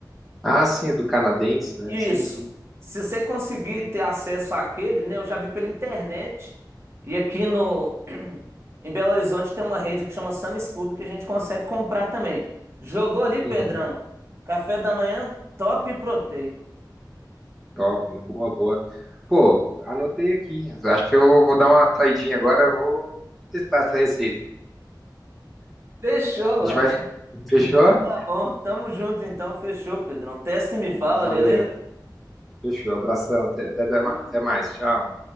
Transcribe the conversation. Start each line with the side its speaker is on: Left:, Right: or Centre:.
Centre: Ah, sim, é do canadense, né?
Right: Isso.
Centre: Sim, sim.
Right: Se você conseguir ter acesso àquele, né? Eu já vi pela internet. E aqui no em Belo Horizonte tem uma rede que chama Sam's Club que a gente consegue comprar também. Jogou ali, Pedrão?
Centre: Uhum.
Right: Café da manhã, top e proteico.
Centre: Top, boa, boa. Pô, anotei aqui. Acho que eu vou dar uma saidinha agora. eu Vou testar essa receita.
Right: Fechou,
Centre: A
Right: ué.
Centre: gente vai. <laughs> Fechou?
Right: Então tá bom. Tamo junto então, fechou, Pedrão. Testa e me fala,
Centre: Valeu.
Right: beleza?
Centre: Fechou. Abração. Até, até, até
Right: Falou.
Centre: mais. Tchau.